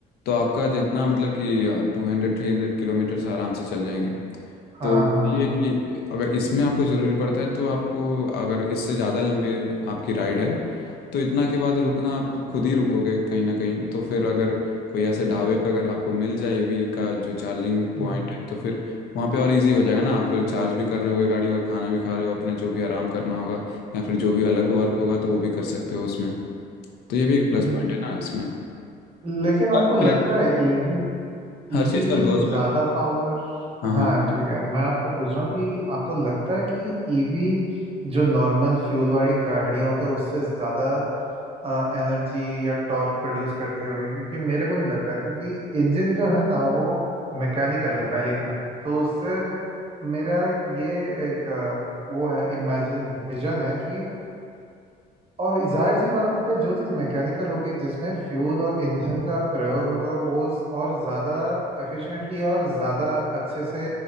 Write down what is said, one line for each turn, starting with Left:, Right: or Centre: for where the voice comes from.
Left: तो आपका जितना मतलब कि टू हंड्रेड थ्री हंड्रेड किलोमीटर्स आराम से चल जाएंगे
Right: हाँ
Left: तो
Right: हाँ हाँ
Left: ये कि अगर इसमें आपको ज़रूरी पड़ता है तो आपको अगर इससे ज़्यादा लंबे आपकी राइड है तो इतना के बाद रुकना आप खुद ही रुकोगे कहीं ना कहीं तो फिर अगर कोई ऐसे ढाबे पे अगर आपको मिल जाए ईवी का जो चार्जिंग पॉइंट
Right: हम्म
Left: है तो फिर वहाँ पे और इजी हो जाएगा ना आप चार्ज भी कर रहे होगे गाड़ी और खाना भी खा रहे हो अपने जो भी आराम करना होगा या फिर जो भी अलग वर्क होगा तो वो भी कर सकते हो उसमें तो ये भी एक प्लस
Right: हम्म
Left: पॉइंट है ना इसमें
Right: लेकिन आपको
Left: हर
Right: लगता
Left: तरह-
Right: है ईवी
Left: हर
Right: ईवी
Left: चीज़ का दो aspect
Right: ज्यादा
Left: है
Right: पावर
Left: हाँ
Right: हाँ
Left: हाँ
Right: ठीक है मैं आपको पूछ रहा हूँ कि आपको लगता है कि ईवी जो नॉर्मल फ्यूल वाली गाड़ियाँ होते हैं उससे ज्यादा एनर्जी या टॉर्क प्रोड्यूस करती होगी क्योंकि मेरे को नहीं लगता क्योंकि इंजन जो है ना वो मैकेनिकल है पहली बात तो उससे मेरा एक ये एक अ, वो है इमेजिन विजन है कि और जाहिर सी बात है जो चीज़ मैकेनिकल होगी जिसमें फ्यूल और ईंधन का प्रयोग होगा वो स- और ज़्यादा एफिशिएंटली और ज़्यादा अच्छे से